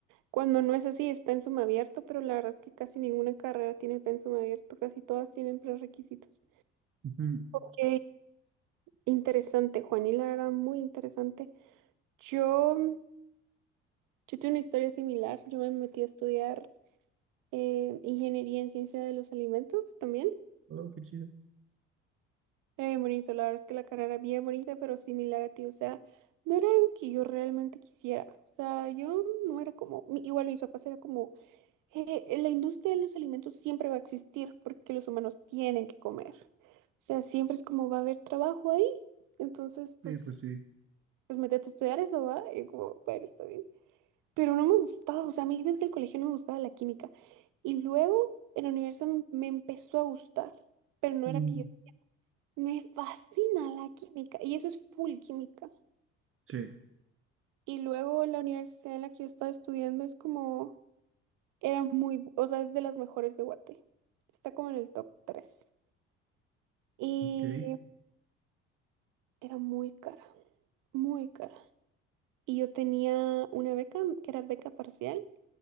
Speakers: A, on the right (about 65°); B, on the right (about 40°).
A: Cuando no es así, es pensum abierto, pero la verdad es que casi ninguna carrera tiene pensum abierto, casi todas tienen prerequisitos.
B: Ujú.
A: Ok, interesante, Juan, y la verdad, muy interesante. Yo, yo tuve una historia similar, yo me metí a estudiar eh, ingeniería en ciencia de los alimentos también.
B: Oh, qué chido.
A: Era bien bonito, la verdad es que la carrera era bien bonita, pero similar a ti, o sea, no era algo que yo realmente quisiera. O sea, yo no era como, mi- igual mis papás era como eh, la industria de los alimentos siempre va a existir porque los humanos tienen que comer. O sea, siempre es como va a haber trabajo ahí. Entonces,
B: Sí,
A: pues,
B: pues sí.
A: pues métete a estudiar eso, ¿va? Y como, bueno, está bien. Pero no me gustaba, o sea, a mí desde el colegio no me gustaba la química. Y luego en la universidad me, me empezó a gustar, pero no
B: Mm,
A: era que yo... Me fascina la química y eso es full química.
B: Sí,
A: Y luego la universidad en la que yo estaba estudiando es como... Era muy, bu- o sea, es de las mejores de Guate. Está como en el top tres Y
B: ok.
A: era muy cara, muy cara. Y yo tenía una beca, que era beca parcial,